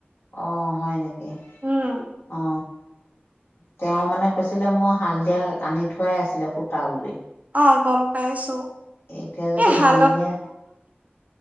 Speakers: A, on the left (about 70°); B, on the right (about 40°).
A: অ' হয় নেকি,
B: উম
A: অ' তেওঁ মানে কৈছিলে মই হালধিয়াল আনি থোৱাই আছিলে সূতা বুলি
B: অ', গম পাইছো।
A: এতিয়া যদি
B: এই হা
A: হালধীয়া